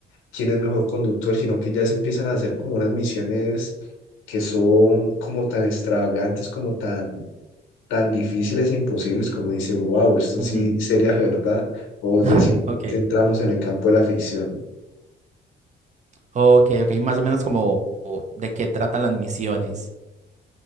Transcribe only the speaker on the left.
quién es mejor conductor, sino que ya se empiezan a hacer como unas misiones que son como tan extravagantes, como tan, tan difíciles e imposibles, como dice, wow, esto
sí sería verdad, o
ya sí
entramos en el campo de la ficción.